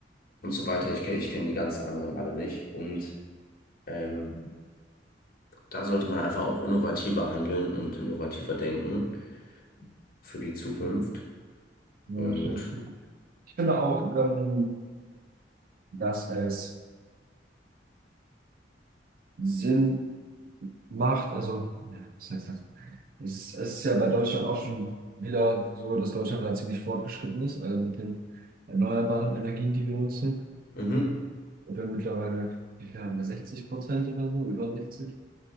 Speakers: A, on the left; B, on the right.
A: und so weiter. Ich kenne ich kenn die ganzen anderen alle nicht. Und ähm, da sollte man einfach auch innovativer handeln und innovativer denken für die Zukunft.
B: ja,
A: Und
B: stimmt. Ich finde auch, ähm, dass es Sinn macht, also, ja, was heißt das? Es ist, es ist ja bei Deutschland auch schon wieder so, dass Deutschland da ziemlich fortgeschritten ist, also mit den erneuerbaren Energien, die wir nutzen.
A: mhm,
B: Und wir mittlerweile, wie viel haben wir, 60 Prozent oder so, über 60.